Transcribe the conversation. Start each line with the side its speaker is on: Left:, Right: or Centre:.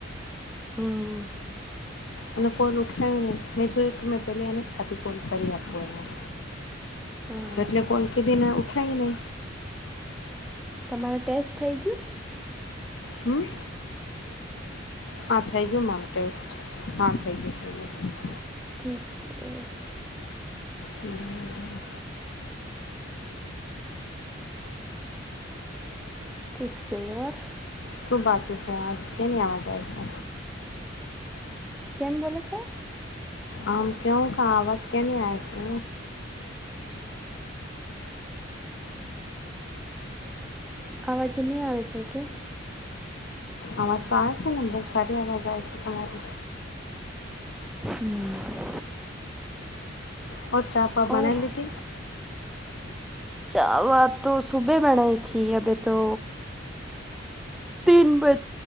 Centre: હમ.
Left: અને કોલ ઉઠાયું નને મેં જોયું કે મેં પહેલી એને સાદીું કોલ કરી આપું એમાં.
Centre: હા
Left: તો એટલે કોલ કીધી ને ઉઠાવ નને.
Centre: તમારે ટેસ્ટ થઈ ગયું?
Left: હમ. હા થઈ ગયું મારો ટેસ્ટ હા થઈ ગયોું થઈ ગયું.
Centre: ઠીક છે.
Left: હમ.
Centre: ઠીક છે અર.
Left: સુભ આ જશે આજ કે ન આવાય છે.
Centre: કેમ બોલો છો?
Left: આમ કેું કા આવાજ કે ન આ છે?
Centre: અવાજ નહી આવે છે કે?
Left: અવાજ તો આવે છે ને બહબ સારી અવાજ આવે છે તમારી.
Centre: હમ.
Left: હ ઓ ચાપ બના
Centre: ઓર
Left: લીધ?
Centre: ચાવા તો સુબે બનાઈ હતીથી અભ તો તીન બજે